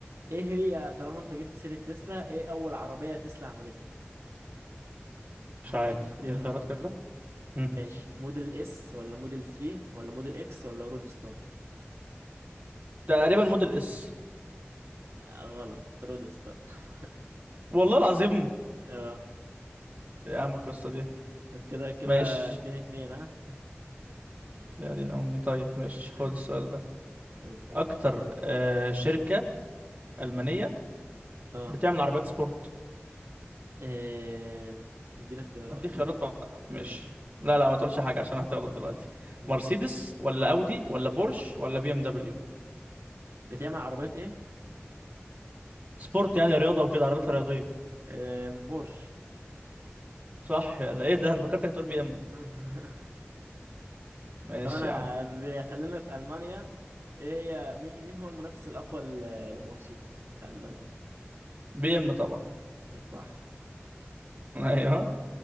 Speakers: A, on the right; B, on the right.
A: ايه هي طالما انت جبت سيرة تسلا ايه اول عربية تسلا عملتها <laughs>
B: مش
A: هديك
B: عارف
A: اختيارات
B: اديني خيارات كده مم.
A: ماشي موديل اس ولا موديل 3 ولا موديل اكس ولا رود ستار
B: تقريبا موديل اس
A: آه، غلط رودستر <laughs>
B: والله العظيم
A: اه
B: يا عم القصة دي
A: طب كده كده
B: ماشي
A: اتنين اتنين ها
B: يا دين امي طيب ماشي خد
A: <laughs>
B: السؤال ده
A: اسأل
B: اكتر آه شركة ألمانية
A: اه
B: بتعمل عربيات سبورت
A: إيه... اديني اختيارات
B: اديك خيارات
A: م-
B: بقى ماشي
A: مم.
B: لا لا ما تقولش حاجة عشان هتغلط دلوقتي
A: مم.
B: مرسيدس ولا اودي ولا بورش ولا بي ام دبليو
A: بتعمل عربيات ايه؟
B: سبورت يعني رياضة وكده عربيات رياضية
A: إيه... بورش
B: صح يلا ايه ده انا فكرتك هتقول بي ام
A: <laughs>
B: ماشي
A: طب انا
B: يا عم
A: ب- خلينا في المانيا ايه هي مي- مين هو المنافس الاقوى ل- لمرسيدس في المانيا؟
B: بي ام طبعا
A: مم، صح
B: <laughs> ايوه